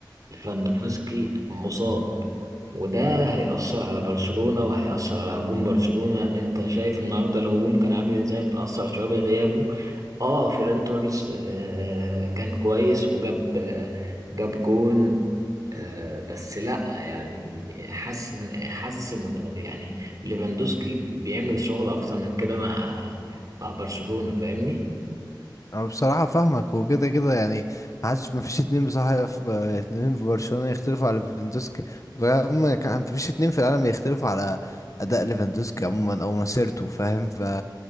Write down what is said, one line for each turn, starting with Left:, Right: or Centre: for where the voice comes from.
Right: ليفاندوفسكي مصاب وده هيأثر على برشلونة وهيأثر على هجوم برشلونة انت شايف النهاردة الهجوم كان عامل ازاي متأثر شوية بغيابه اه فيران توريس آه كان كويس وجاب آه جاب جون آه بس لا يعني حاسس حاسس ان بقى- يعني ليفاندوسكي بيعمل شغل اكتر من كده مع مع برشلونة فاهمني
Left: انا بصراحة فاهمك وكده كده يعني ما حدش ما فيش اتنين بصراحة في اتنين في برشلونة يختلفوا على ليفاندوسكي وكمان ما كان ما فيش اتنين في العالم يختلفوا على اداء ليفاندوسكي عموما او مسيرته فاهم ف